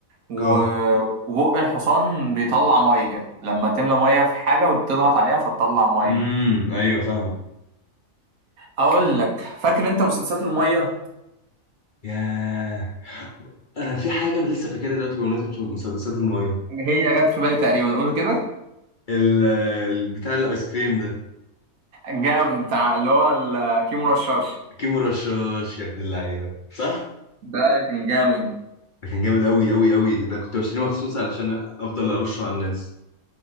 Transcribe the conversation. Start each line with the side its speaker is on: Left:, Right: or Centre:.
Right: و-
Left: اه
Right: وبق الحصان بيطلع مية لما تملى مية في حاجة وتضغط عليها فتطلع مية
Left: امم ايوه فاهمك
Right: أقول لك فاكر أنت مسدسات المية
Left: ياه انا في حاجه لسه فاكرها دلوقتي بمناسبه مسدسات المايه
Right: هي جت في بالي تقريبا قول كده
Left: ال- ال- بتاع الايس كريم ده
Right: جامد بتاع اللي هو الكيمو رشاش
Left: كيمو رشاش يا ابن اللعيبه صح
Right: ده كان جامد
Left: ده كان جامد قوي قوي قوي ده كنت بشتريه مخصوص علشان افضل ارشه على الناس